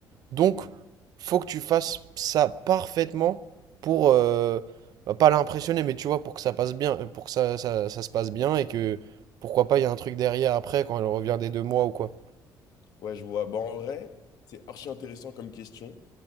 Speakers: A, on the right; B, on the left.
A: Donc,
B: Mm.
A: faut que tu fasses ça parfaitement pour euh, bah, pas l'impressionner, mais tu vois, pour que ça passe bien, euh, pour que ça, ça, ça se passe bien et que pourquoi pas, il y a un truc derrière après quand elle revient des deux mois ou quoi.
B: Ouais, je vois. Bah, en vrai, c'est archi intéressant comme question.